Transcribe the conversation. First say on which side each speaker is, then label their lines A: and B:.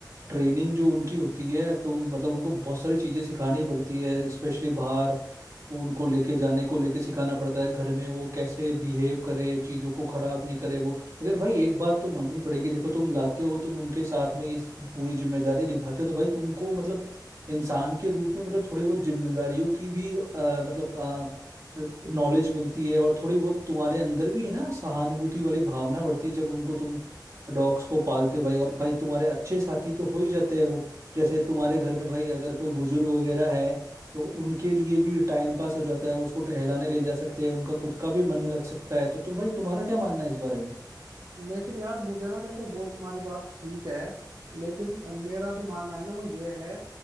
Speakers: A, on the right; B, on the right.
A: ट्रेनिंग जो उनकी होती है तुम मतलब उनको बहुत सारी चीजें सिखानी पड़ती है स्पेशली बाहर वो उनको लेके जाने को लेके सिखाना पड़ता है घर में वो कैसे बिहेव करे चीजों को खराब नहीं करे वो लेकिन भाई एक बात तो माननी पड़ेगी देखो तुम लाते हो तुम उनके साथ में इस पूरी जिम्मेदारी निभाते हो तो भाई तुमको मतलब इंसान के रूप में मतलब थोड़ी बहुत जिम्मेदारियों की भी अ, मतलब नॉलेज मिलती है और थोड़ी बहुत तुम्हारे अंदर भी है ना सहानुभूति वाली भावना बढ़ती है जब उनको तुम डॉग्स को पालते हो भाई और भाई तुम्हारे अच्छे साथी तो हो ही जाते हैं वो जैसे तुम्हारे घर में भाई अगर कोई बुजुर्ग वगैरह है तो उनके लिए भी टाइम पास हो जाता है वो उसको टहलाने ले जा सकते हैं उनका खुद का भी मन लग सकता है तो, तो भाई तुम्हारा क्या मानना है इस बारे में
B: लेकिन यार मुझे ना देखो वो तुम्हारी बात ठीक है लेकिन मेरा जो मानना है ना वो ये है